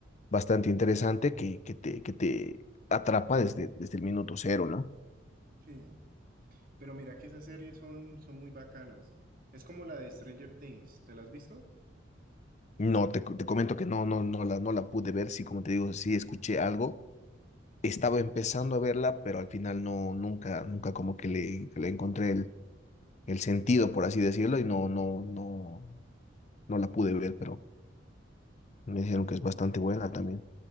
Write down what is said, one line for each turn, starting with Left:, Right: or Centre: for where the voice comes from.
Left: bastante interesante que, que te, que te atrapa desde, desde el minuto cero, ¿no?
Right: Sí. Pero mira que esas series son, son muy bacanas. Es como la de Stranger Things. ¿Te la has visto?
Left: No, te, te comento que no, no, no la, no la pude ver, sí, como te digo, sí escuché algo, estaba empezando a verla, pero al final no, nunca, nunca como que le, le encontré el, el sentido, por así decirlo, y no, no, no, no la pude ver, pero Me dijeron que es bastante buena también.